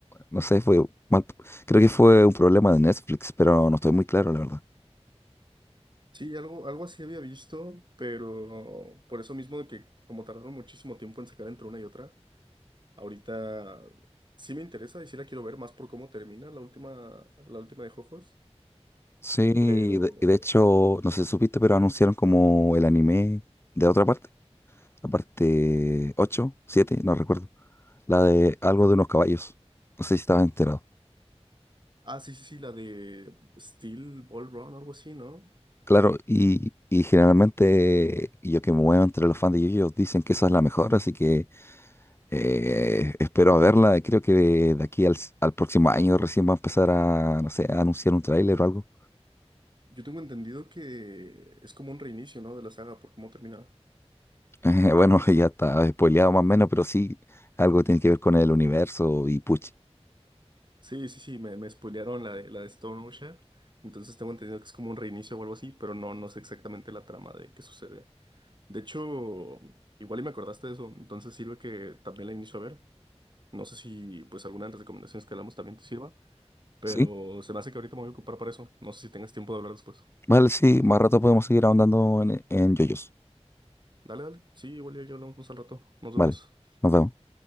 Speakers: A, on the left; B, on the right.
A: no sé, fue mal. Creo que fue un problema de Netflix, pero no estoy muy claro, la verdad.
B: Sí, algo, algo así había visto, pero por eso mismo de que como tardaron muchísimo tiempo en sacar entre una y otra, ahorita sí me interesa y sí la quiero ver más por cómo termina la última, la última de Jojos,
A: Sí, y
B: pero...
A: de, de hecho, no sé si supiste, pero anunciaron como el anime de otra parte. la parte
B: eh,
A: 8 7 no recuerdo, la de algo de unos caballos. No sé si estabas enterado.
B: ah, sí, sí, sí, la de Steel Ball Run, algo así, ¿no?
A: Claro, y, y generalmente yo que me muevo entre los fans de Yu-Gi-Oh! dicen que esa es la mejor, así que eh, espero a verla. Creo que de de aquí al, s- al próximo año recién va a empezar a, no sé, a anunciar un tráiler o algo.
B: Yo tengo entendido que es como un reinicio, ¿no? De la saga por cómo termina.
A: <laughs> bueno, ya está spoileado más o menos, pero sí, algo tiene que ver con el universo y puch.
B: Sí, sí, sí, me, me spoilearon la de, la de Stone Ocean, entonces tengo entendido que es como un reinicio o algo así, pero no, no sé exactamente la trama de qué sucede. De hecho, igual y me acordaste de eso, entonces sirve que también la inicio a ver. No sé si pues alguna de las recomendaciones que hablamos también te sirva, pero
A: ¿Sí?
B: se me hace que ahorita me voy a ocupar para eso. No sé si tengas tiempo de hablar después.
A: Vale, sí, más rato podemos seguir ahondando en, en yoyos
B: Dale, dale. Sí, igual y ya hablamos más al rato. Nos vemos.
A: Vale, nos vemos.